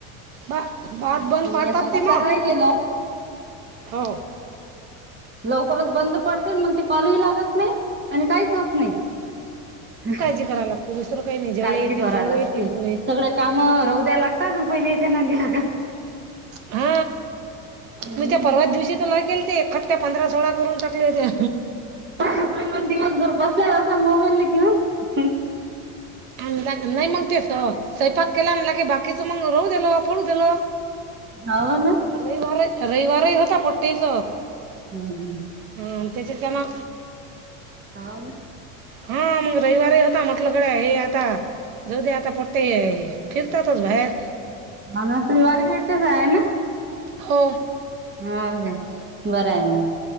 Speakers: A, on the right; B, on the right.
A: बा भात बंद पाडतात
B: याच
A: ते
B: कसं
A: मग
B: आहे हे लव
A: हो
B: लवकरच बंद पडते मग ते कॉलेज लागत नाही आणि काहीच होप नाहीत
A: कराय लात दुस काही नाही जेवढे
B: काळजी
A: येतील
B: कराय
A: तेवढे
B: लागते
A: येतील पुढे
B: सगळ काम रौद्या लागतात प पहिली याच्या नांदीला
A: हा
B: हम्म
A: मग त्या परवा दिवशी त ला केेल ते ए पंधरा सोळा करून टाकले ते
B: पण दिवसभर बसल्याला असाल मोबाईल न घिऊन
A: आणि नाही मग तेच स्वपाक केला आणि लागे बाकीच मग रहू दिल पडू दिल
B: होा ना
A: रविवार रविवारही होता पट्टीच
B: हम् हम्म
A: हा त्याच्या त्यांना
B: हा ना
A: हा मग रविवारीही होता म्हटलं गडे हे आता जाऊ दे आता पट्ट फिरतातच बाहेर
B: ह त वार खेळते स आहे ना
A: हो
B: हा का बरं आहे ना